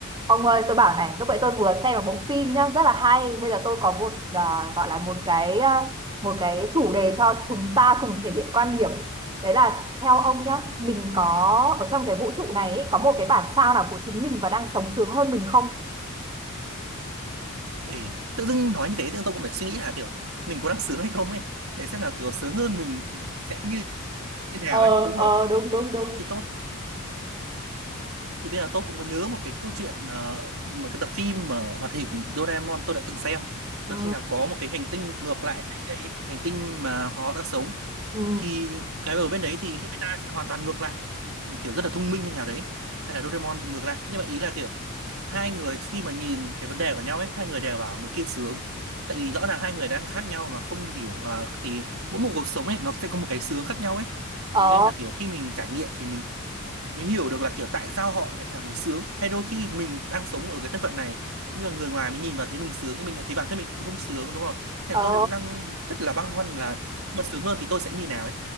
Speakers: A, on the right (about 20°); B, on the right (about 80°).
A: Ông ơi, tôi bảo này, lúc nãy tôi vừa xem một bộ phim nhá, rất là hay. Bây giờ tôi có một à, gọi là một cái à, một cái chủ đề cho chúng ta cùng thể hiện quan điểm. Đấy là theo ông nhá, mình có ở trong cái vũ trụ này ấy, có một cái bản sao nào của chính mình và đang sống sướng hơn mình không?
B: Ê, tự dưng nói như thế tự dưng tôi cũng phải suy nghĩ là kiểu mình có đang sướng hay không ấy để xem là kiểu sướng hơn mình thì sẽ như thế nào
A: ờ
B: ấy đúng
A: ờ
B: không
A: đúng đúng đúng
B: thì tôi thì bây giờ tôi cũng có nhớ một cái câu chuyện ờ, một cái tập phim mà hoạt hình Doraemon tôi đã từng xem
A: Ừ,
B: đó chính là có một cái hành tinh ngược lại với cái hành tinh mà họ đang sống
A: ừ,
B: thì cái ở bên đấy thì Nobita sẽ hoàn toàn ngược lại kiểu rất là thông minh hay nào đấy hay là Doraemon thì ngược lại nhưng mà ý là kiểu hai người khi mà nhìn cái vấn đề của nhau ấy hai người đều bảo người kia sướng tại vì rõ ràng hai người đang khác nhau mà không hiểu à, thì mỗi một cuộc sống ấy nó sẽ có một cái sướng khác nhau ấy
A: ờ,
B: nên là kiểu khi mình trải nghiệm thì mình mới hiểu được là kiểu tại sao họ lại cảm thấy sướng hay đôi khi mình đang sống ở cái thân phận này nhưng mà người ngoài mới nhìn vào thấy mình sướng nhưng mình lại thấy bản thân mình không sướng đúng không nên
A: ờ,
B: là tôi thì cũng đang rất là băn khoăn là mà sướng hơn thì tôi sẽ như nào ấy